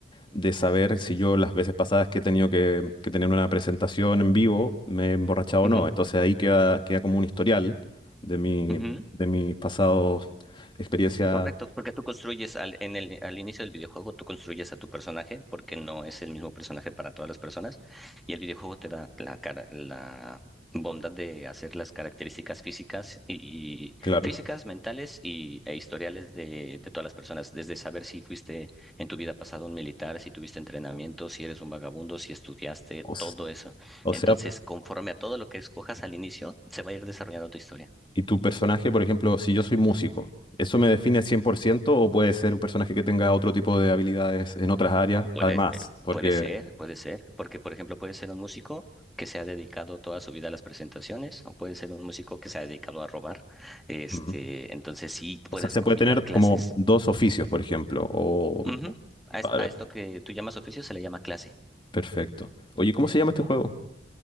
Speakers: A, on the left; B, in the centre.
A: de saber si yo las veces pasadas que he tenido que, que tener una presentación en vivo me he emborrachado
B: ujú,
A: o no. Entonces ahí queda, queda como un historial de mi,
B: ujú.
A: de mis pasados experiencias,
B: Correcto, porque tú construyes al, en el, al inicio del videojuego, tú construyes a tu personaje, porque no es el mismo personaje para todas las personas, y el videojuego te da la cara, la bondad de hacer las características físicas y, y-
A: claro.
B: físicas, mentales y e historiales de, de todas las personas, desde saber si fuiste en tu vida pasada un militar, si tuviste entrenamiento, si eres un vagabundo, si estudiaste,
A: O s-
B: todo eso.
A: o
B: Entonces,
A: sea,
B: conforme a todo lo que escojas al inicio, se va a ir desarrollando tu historia.
A: Y tu personaje, por ejemplo, si yo soy músico, ¿eso me define 100% o puede ser un personaje que tenga otro tipo de habilidades en otras áreas?
B: Puede,
A: Además,
B: eh,
A: porque,
B: puede ser, puede ser, porque por ejemplo puede ser un músico que se ha dedicado toda su vida a las presentaciones o puede ser un músico que se ha dedicado a robar. Este,
A: Ujú.
B: entonces sí
A: o
B: puedes
A: sea, se
B: combinar
A: puede tener
B: clases.
A: como dos oficios, por ejemplo. O,
B: Ujú. A, es-
A: vale,
B: a esto que tú llamas oficio se le llama clase.
A: perfecto. Oye, ¿cómo se llama este juego?